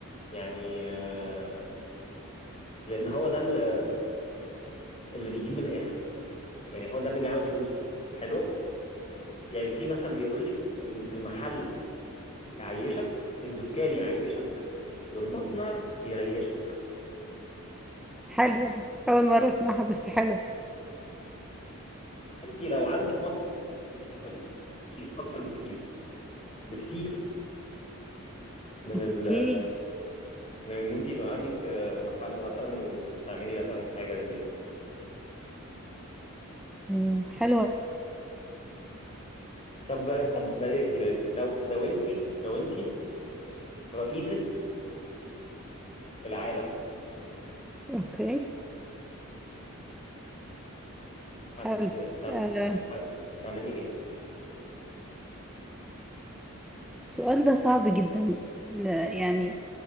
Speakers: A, on the left; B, in the centre.
A: يعني آه، لان هو ده اللي اللي بيجيب من الاخر يعني هو ده اللي بيعمل فلوس حلوه يعني في مثل بيقول لك الم- المحل يعيشك الدكان يعيشك والمصنع يريشك
B: حلوة دي اول مرة اسمعها بس حلو
A: انت لو عندك مصنع انت هتعملي كتير اكتر بكتير بكتير من
B: اوكي
A: ال من ان انت يبقى عندك آه، محل مثلا وبت- وبتعملي مثلا حاجه للناس
B: مم، حلوة
A: طب طب بلاش دي بلاش دي لو لو انت لو انت رئيسه العالم
B: اوكي
A: هت
B: حلو
A: هتعم-
B: آه.
A: هت- هت- هتعملي ايه؟
B: السؤال ده صعب جدا آه، يعني